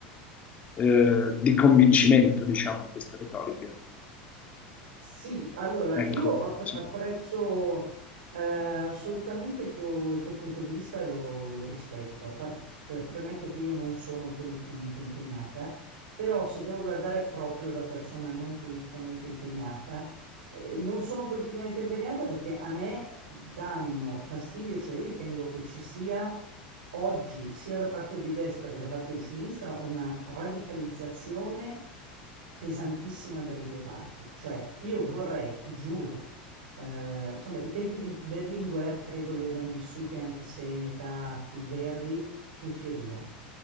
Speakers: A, on the left (about 30°); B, on the right (about 85°).
A: eh, di convincimento, diciamo, di queste retoriche.
B: Sì, allora
A: Ecco,
B: io app-
A: sì.
B: apprezzo eh, assolutamente il tuo, il tuo punto di vista e lo, lo rispetto. A parte, eh, premetto che io non sono politicamente impegnata, però se devo guardare proprio da persona non politicamente impegnata, eh, non sono politicamente impegnata perché a me danno fastidio, cioè io ritengo che ci sia oggi, sia da parte di destra che da parte di sinistra, una radicalizzazione pesantissima dalle due parti. Cioè, io vorrei, ti giuro, eh, insomma, i tempi di Berlinguer credo li abbiamo vissuti anche se in età più verdi, tutti e due.